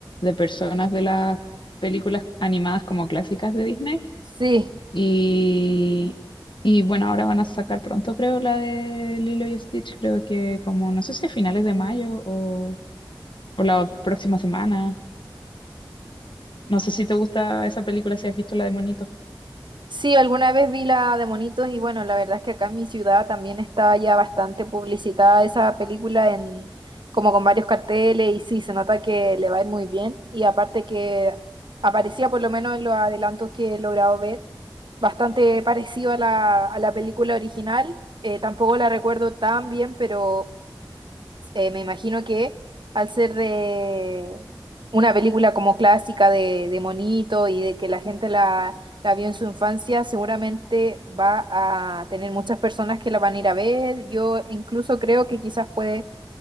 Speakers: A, on the left (about 75°); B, on the right (about 70°).
A: personas de las películas animadas como clásicas de Disney.
B: Sí.
A: Y, y bueno, ahora van a sacar pronto, creo, la de Lilo y Stitch, creo que como, no sé si a finales de mayo o, o la próxima semana. No sé si te gusta esa película, si has visto la de Monito.
B: Sí, alguna vez vi la de Monitos y bueno, la verdad es que acá en mi ciudad también está ya bastante publicitada esa película en como con varios carteles y sí, se nota que le va a ir muy bien y aparte que aparecía por lo menos en los adelantos que he logrado ver, bastante parecido a la, a la película original, eh, tampoco la recuerdo tan bien, pero eh, me imagino que al ser de una película como clásica de, de monito y de que la gente la, la vio en su infancia, seguramente va a tener muchas personas que la van a ir a ver. Yo incluso creo que quizás puede